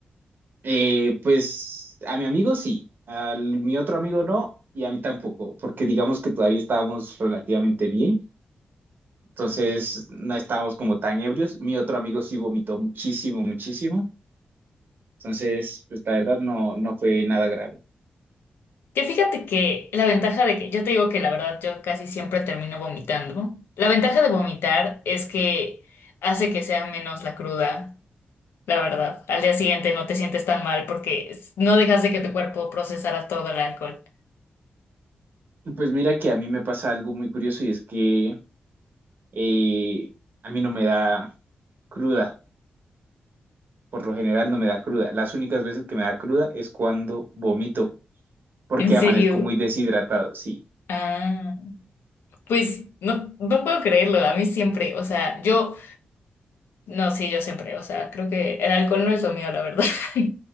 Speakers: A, on the right; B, on the left.
A: Eh, pues a mi amigo sí, a mi otro amigo no y a mí tampoco, porque digamos que todavía estábamos relativamente bien, entonces no estábamos como tan ebrios. Mi otro amigo sí vomitó muchísimo, muchísimo, entonces pues la verdad no, no fue nada grave.
B: Que fíjate que la ventaja de que yo te digo que la verdad yo casi siempre termino vomitando. La ventaja de vomitar es que hace que sea menos la cruda, la verdad. Al día siguiente no te sientes tan mal porque es- no dejas de que tu cuerpo procesara todo el alcohol.
A: Pues mira que a mí me pasa algo muy curioso y es que eh, a mí no me da cruda, por lo general no me da cruda. Las únicas veces que me da cruda es cuando vomito, porque
B: ¿En serio?
A: amanezco muy deshidratado, sí.
B: Ah, pues no, no puedo creerlo. A mí siempre, o sea, yo, no, sí, yo siempre, o sea, creo que el alcohol no es lo mío, la verdad. <laughs>